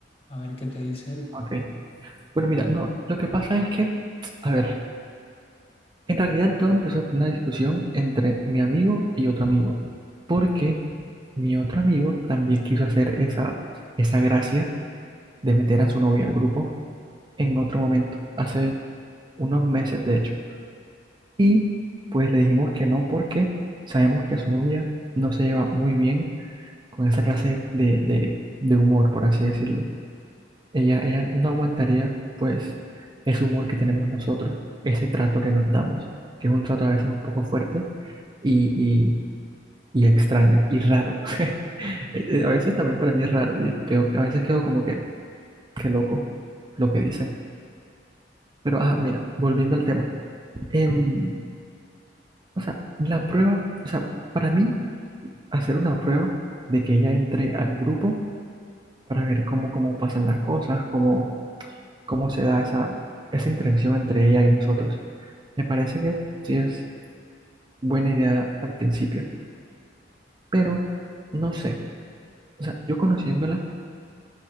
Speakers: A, on the left; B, on the right.
A: a ver qué te dice él.
B: Ok. Bueno, mira, no, lo que pasa es que, a ver, en realidad todo empezó por una discusión entre mi amigo y otro amigo, porque mi otro amigo también quiso hacer esa, esa gracia de meter a su novia al grupo en otro momento, hace unos meses de hecho. Y pues le dijimos que no porque sabemos que su novia no se lleva muy bien con esa clase de, de de humor, por así decirlo. Ella, ella no aguantaría, pues, ese humor que tenemos nosotros, ese trato que nos damos, que es un trato a veces un poco fuerte y, y- y extraño y raro. <laughs> Eh, eh, A veces también para mí es raro y creo que a veces quedo como que, qué loco lo que dicen. Pero, ah, mira, volviendo al tema. Em, o sea, la prueba, o sea, para mí, hacer una prueba de que ella entre al grupo para ver cómo, cómo pasan las cosas, cómo, cómo se da esa, esa interacción entre ella y nosotros. Me parece que sí es buena idea al principio, pero no sé. O sea, yo conociéndola,